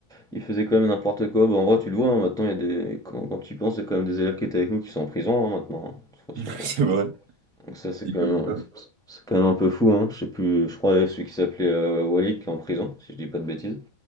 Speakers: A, in the centre; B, on the right.
A: ils faisaient quand même n'importe quoi. Bah, en vrai tu le vois, hein, maintenant il y a des quand quand tu y penses, il y a quand même des élèves qui étaient avec nous qui sont en prison, hein, maintenant, hein, de toute
B: <laughs>
A: façon bon.
B: C'est vrai.
A: Donc ça c'est
B: Dit
A: quand
B: comme
A: même
B: ça.
A: c'est quand même un peu fou hein. Je sais plus, je crois que celui qui s'appelait euh, Walid qui est en prison, si je dis pas de bêtises.